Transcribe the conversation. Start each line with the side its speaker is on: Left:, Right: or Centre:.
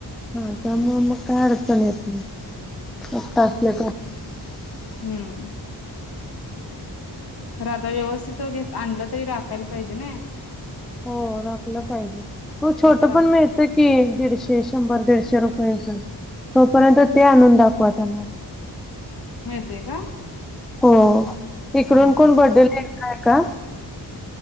Centre: हाता मग मग काय अडचण येत नाही फत्त असल्या
Left: हम्म खर आता व्यवस्थित घेत आणलं तरी राखायला पाहिजे ना
Centre: हो राखलं पाहिजे मग छोटं
Left: ते काय
Centre: पण मिळत. ते दीडशे शंभर दीडशे रुपयांच तोपर्यंत ते आणून दाखवा त्यांना
Left: मिळते का?
Centre: हो इकडून
Left: हा
Centre: कोण बरडे लिला आहे का